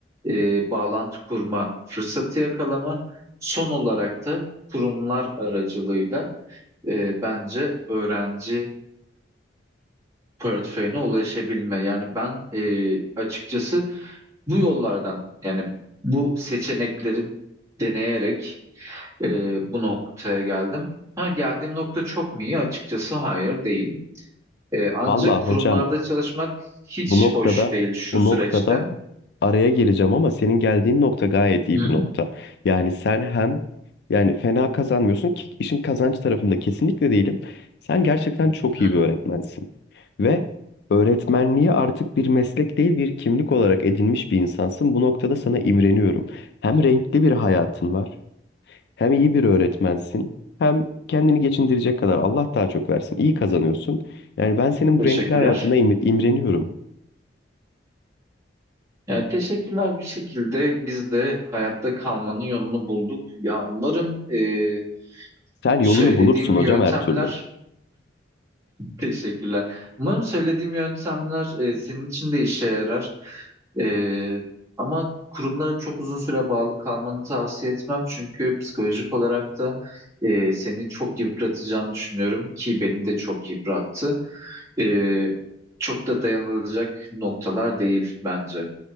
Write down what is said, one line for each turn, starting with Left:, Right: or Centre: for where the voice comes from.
Right: e, bağlantı kurma fırsatı yakalama. Son olarak da kurumlar aracılığıyla e, bence öğrenci portföyüne ulaşabilme. Yani ben e, açıkçası bu yollardan yani bu seçenekleri deneyerek e, bu noktaya geldim. Ha geldiğim nokta çok mu iyi? Açıkçası hayır değil. E, ancak
Left: Vallahi
Right: kurumlarda
Left: hocam
Right: çalışmak hiç
Left: Bu noktada
Right: hoş değil şu
Left: bu
Right: süreçte.
Left: noktada araya gireceğim ama senin geldiğin nokta gayet iyi
Right: Hı?
Left: bir nokta. Yani sen hem yani fena kazanmıyorsun ki işin kazanç tarafında kesinlikle değilim. Sen gerçekten çok
Right: Hı.
Left: iyi bir öğretmensin. Ve öğretmenliği artık bir meslek değil bir kimlik olarak edinmiş bir insansın. Bu noktada sana imreniyorum. Hem renkli bir hayatın var, hem iyi bir öğretmensin, hem kendini geçindirecek kadar Allah daha çok versin. İyi kazanıyorsun. Yani ben senin
Right: Teşekkürler.
Left: bu renkli hayatına im- imreniyorum.
Right: Yani teşekkürler bir şekilde biz de hayatta kalmanın yolunu bulduk. Ya umarım e,
Left: Sen yolunu
Right: söylediğim
Left: bulursun hocam
Right: yöntemler
Left: her türlü.
Right: Teşekkürler. Umarım söylediğim yöntemler e, senin için de işe yarar. E, ama kurumlara çok uzun süre bağlı kalmanı tavsiye etmem. Çünkü psikolojik olarak da e, seni çok yıpratacağını düşünüyorum ki beni de çok yıprattı. E, çok da dayanılacak noktalar değil bence.